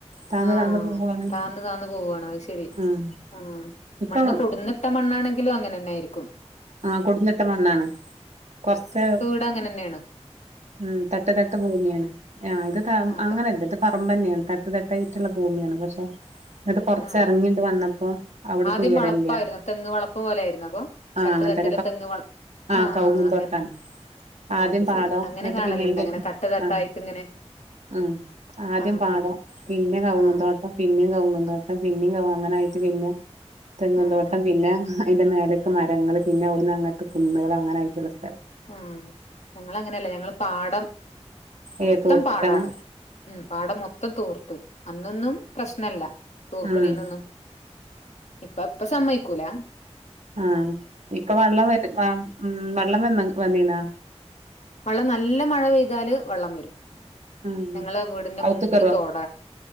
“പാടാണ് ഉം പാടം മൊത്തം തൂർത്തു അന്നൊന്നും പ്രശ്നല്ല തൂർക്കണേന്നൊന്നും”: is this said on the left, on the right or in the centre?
Left